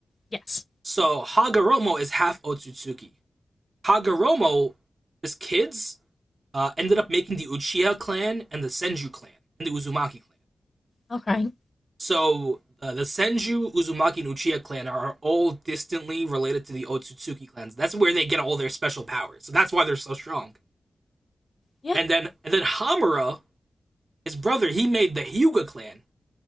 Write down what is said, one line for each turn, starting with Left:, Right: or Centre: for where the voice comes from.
Left: Yes.
Right: So Hagoromo is half Otsutsuki, Kaguramo's kids uh, ended up making the Uchiha clan and the Senju clan and the Uzumaki clan.
Left: Okay.
Right: So uh, the Senju, Uzumaki, and Uchiha clan are all distantly related to the Otsutsuki clans. That's where they get all their special powers. So that's why they're so strong.
Left: Yeah.
Right: And then and then Hamura, his brother, he made the Hyuga clan.